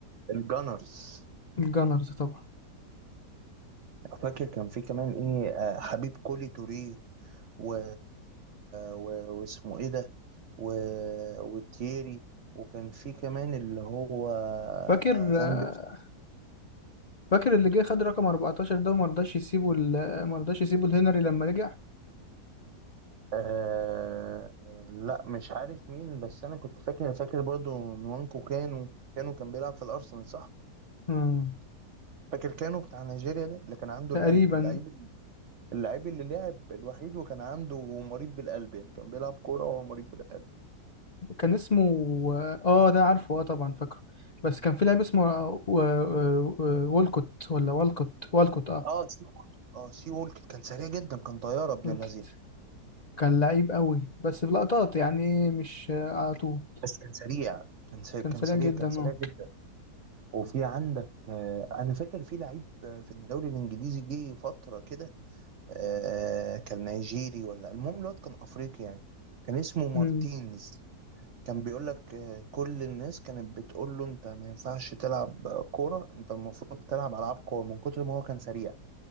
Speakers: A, on the right (about 60°); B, on the left (about 55°).
A: الجانرز
B: الجانرز طبعا
A: فاكر كان في كمان ايه آه، حبيب كولي توري و... و... واسمه ايه ده و... وتييري وكان في كمان اللي هو
B: فاكر آه،
A: فان بيرسي
B: فاكر اللي جه خد رقم 14 ده وما رضاش يسيبه ال- ما رضاش يسيبه الهنري لما رجع
A: آه... لا مش عارف مين بس انا كنت فاكر فاكر برضو نوانكو كانو كانو كان بيلعب في الارسنال صح
B: مم.
A: فاكر كانو بتاع نيجيريا ده اللي كان عنده
B: تقريبا
A: القلب اللعيب اللعيب اللي لعب الوحيد وكان عنده مريض بالقلب يعني كان بيلعب كورة وهو مريض بالقلب
B: كان اسمه اه ده عارفه اه طبعا فاكره بس كان في لاعب اسمه و... و... آه، و... والكوت ولا والكوت والكوت اه
A: اه سي وولك اه سي وولك كان سريع جدا كان طياره ابن
B: والكوت
A: اللذين
B: كان لعيب قوي بس في لقطات يعني مش على طول
A: بس كان سريع كان سريع
B: كان
A: كان
B: سريع
A: سريع
B: جدا
A: كان سريع
B: اه
A: جدا وفي عندك آه انا فاكر في لعيب آه، في الدوري الانجليزي جه فتره كده آه كان نيجيري ولا المهم الواد كان افريقي يعني كان اسمه مارتينز
B: أمم.
A: كان بيقول لك آه كل الناس كانت بتقول له انت ما ينفعش تلعب آه، كوره انت المفروض تلعب العاب كوره من كتر ما هو كان سريع